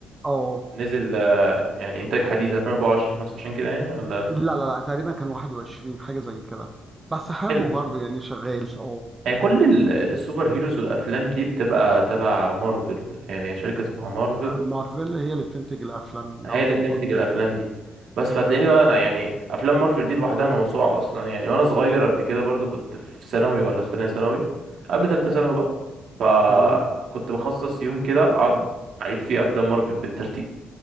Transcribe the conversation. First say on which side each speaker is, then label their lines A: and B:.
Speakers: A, on the right (about 25°); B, on the right (about 70°).
A: اه
B: نزل آه، يعني انتاج حديث 2024 25 كده يعني ولا
A: لا لا لا تقريبا كان 21 حاجة زي كده بس حلو
B: حلو
A: برضو يعني شغال اه
B: هي كل ال- السوبر هيروز والافلام دي بتبقى تبع مارفل يعني شركة اسمها مارفل
A: مارفل هي اللي بتنتج الأفلام
B: هي
A: اه
B: اللي
A: طبعا
B: بتنتج الافلام دي بس فتلاقيني بقى انا يعني افلام مارفل دي لوحدها موسوعه اصلا يعني وانا صغير قبل كده برضو كنت في ثانوي ولا في ثانيه ثانوي قبل ثالثه ثانوي بقى فكنت
A: تمام
B: بخصص يوم كده اقعد اعيد فيه افلام مارفل بالترتيب